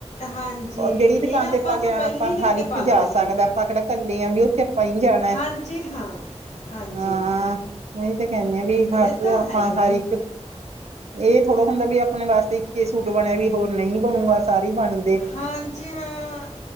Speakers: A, on the left; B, on the right.
A: ਹਾਂਜੀ
B: ਜਿਹੜੀ
A: ਇਹ
B: ਦੁਕਾਨ ਤੇ ਆਪਾਂ
A: ਤੋਂ
B: ਗਏ, ਆਪਾਂ
A: ਪਹਿਲੀ ਲੈ
B: ਹਰ
A: ਕੇ
B: ਇੱਕ
A: ਪਾ ਲੈਂਦੇ
B: ਜਾ
A: ਨੇ
B: ਸਕਦਾ
A: ਜੀ
B: ਆਪਾਂ ਕਿਹੜਾ ਇਕੱਲੇ ਹਾਂ ਵੀ ਉੱਥੇ ਆਪਾਂ ਹੀ ਜਾਣਾ।
A: ਹਾਂਜੀ, ਹਾਂ ਹਾਂਜੀ,
B: ਹਾਂ ਨਹੀਂ ਤੇ ਕਹਿੰਦੇ ਆ ਵੀ ਹਰ
A: ਇਹ ਤਾਂ
B: ਆਪਾਂ
A: ਹੈ
B: ਹਰ
A: ਹੀ।
B: ਇੱਕ ਇਹ ਥੋੜਾ ਹੁੰਦਾ ਵੀ ਆਪਣੇ ਵਾਸਤੇ ਇੱਕੇ ਸੂਟ ਬਣਿਆ ਵੀ ਹੋਰ ਨਈ ਬਣੂਗਾ ਸਾਰੀ ਬਣ
A: ਹਾਂਜੀ ਹਾਂ,